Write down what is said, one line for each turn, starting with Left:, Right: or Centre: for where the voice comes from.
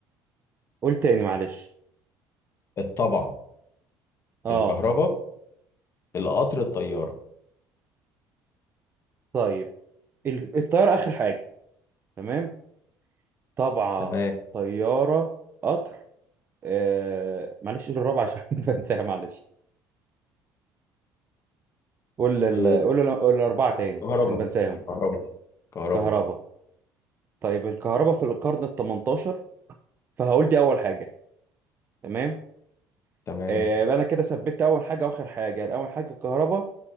Right: قول تاني معلش
Left: الطبعه
Right: اه
Left: الكهرباء القطر الطياره
Right: طيب ال- الطيارة آخر حاجة تمام طبعة
Left: تمام
Right: طيارة قطر آه... معلش قول الرابعة عشان <laughs> بنساها معلش قول ال...
Left: إيه
Right: قول ال... قول الأربعة تاني
Left: الكهرباء
Right: عشان بنساهم
Left: الكهرباء الكهرباء
Right: كهرباء طيب الكهرباء في القرن ال 18 فهقول دي أول حاجة تمام
Left: تمام
Right: آه... يبقى أنا كده ثبت أول حاجة وآخر حاجة أول حاجة الكهرباء